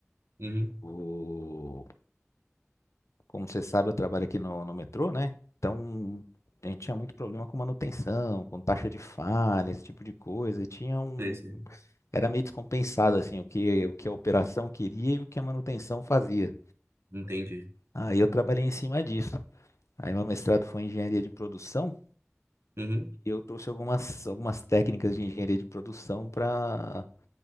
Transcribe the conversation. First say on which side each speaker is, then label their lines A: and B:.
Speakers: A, on the right; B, on the left.
A: Uhum.
B: O, como você sabe, eu trabalho aqui no, no metrô, né? Então, a gente tinha muito problema com manutenção, com taxa de falha, esse tipo de coisa. E tinha um,
A: Sei, sei.
B: era meio descompensado assim o que o que a operação queria e o que a manutenção fazia.
A: Entendi.
B: Aí eu trabalhei em cima disso. Aí meu mestrado foi em engenharia de produção
A: Uhum.
B: e eu trouxe algumas, algumas técnicas de engenharia de produção para